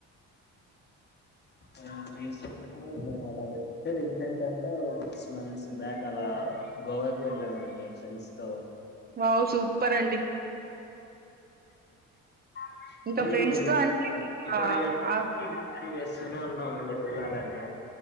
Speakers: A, on the left (about 35°); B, on the right (about 30°).
A: అది నీ ఇష్టం అలా అయితే రీసెంట్ అంటే సిక్స్ మంత్స్ బ్యాక్ అలా గోవాకి వెళ్ళామండి ఫ్రెండ్స్తో
B: వావ్ సూపర్ అండి
A: <unintelligible>
B: ఇంకా ఫ్రెండ్స్‌తో అంటే ఆహ్, ఆహ్,
A: ఎస్తేనే ఉన్నావు అండి వెళ్ళాలనే